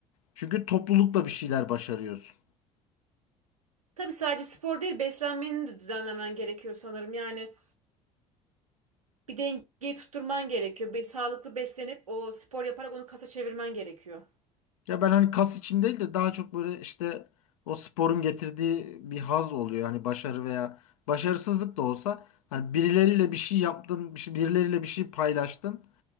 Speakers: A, on the left; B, on the right.
A: Çünkü toplulukla bir şeyler başarıyorsun.
B: Tabii sadece spor değil beslenmeni de düzenlemen gerekiyor sanırım. Yani bir dengeyi tutturman gerekiyor. Bir sağlıklı beslenip o spor yaparak onu kasa çevirmen gerekiyor.
A: Ya ben hani kas için değil de daha çok böyle işte o sporun getirdiği bir haz oluyor. Hani başarı veya başarısızlık da olsa hani birileriyle bir şey yaptın, bir şey- birileriyle bir şey paylaştın.